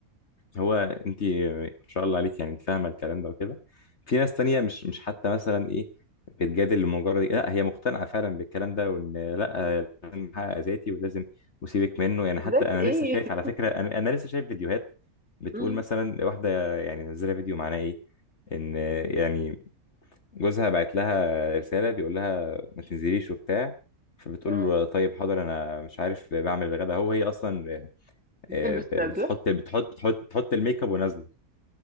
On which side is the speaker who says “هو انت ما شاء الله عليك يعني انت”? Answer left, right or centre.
Left